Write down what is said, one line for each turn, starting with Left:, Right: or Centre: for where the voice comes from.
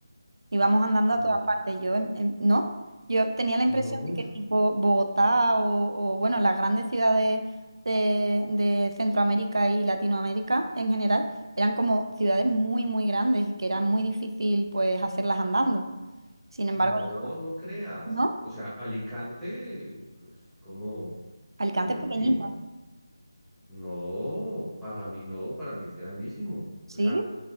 Right: Íbamos andando
Centre: No,
Right: a todas partes. Yo, en- en- ¿no? Yo tenía la
Centre: no
Right: impresión
Centre: mucho.
Right: de que tipo Bogotá o, o, bueno, las grandes ciudades de, de Centroamérica y Latinoamérica en general eran como ciudades muy, muy grandes y que era muy difícil pues hacerlas andando. Sin embargo,
Centre: No,
Right: yo,
Centre: no creas.
Right: ¿no?
Centre: O sea, Alicante, pues como
Right: Alicante
Centre: Medellín.
Right: es pequeñita,
Centre: No, para mí no, para mí es grandísimo.
Right: ¿sí?
Centre: O sea,